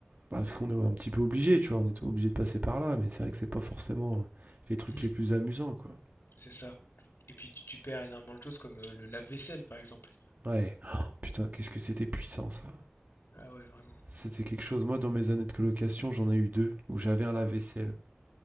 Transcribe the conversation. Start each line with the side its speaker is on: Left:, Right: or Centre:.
Right: Parce qu'on est un petit peu obligé, tu vois, on est obligé de passer par là, mais c'est vrai que c'est pas forcément euh, les trucs
Left: hmm,
Right: les plus amusants, quoi.
Left: C'est ça. Et puis tu, tu perds énormément de choses comme euh, le lave-vaisselle par exemple.
Right: Ouais. Oh, putain, qu'est-ce que c'était puissant, ça.
Left: Ah ouais, vraiment.
Right: C'était quelque chose. Moi, dans mes années de colocation, j'en ai eu deux où j'avais un lave-vaisselle.